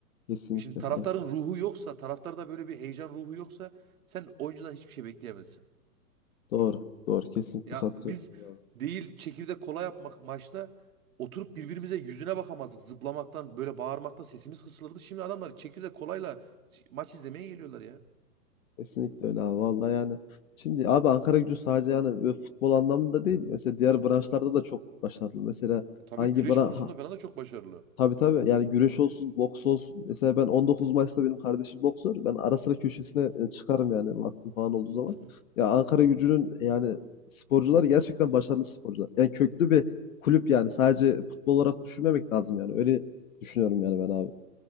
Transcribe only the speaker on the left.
kesinlikle
yani
doğru doğru kesinlikle
katılıyorum
öyle abi.
Kesinlikle öyle abi vallahi yani şimdi abi Ankaragücü sadece yani böyle futbol anlamında değil mesela diğer branşlarda da çok başarılı. Mesela
hangi
bran
Tabii tabii. Yani güreş olsun, boks olsun. Mesela ben
19 Mayıs'ta benim kardeşim boksör. Ben ara sıra köşesine e, çıkarım yani vaktim falan olduğu zaman.
Ya Ankara Ankaragücü'nün yani sporcuları gerçekten başarılı sporcular. Yani köklü bir kulüp yani. Sadece futbol olarak düşünmemek
lazım yani. Öyle düşünüyorum yani ben abi.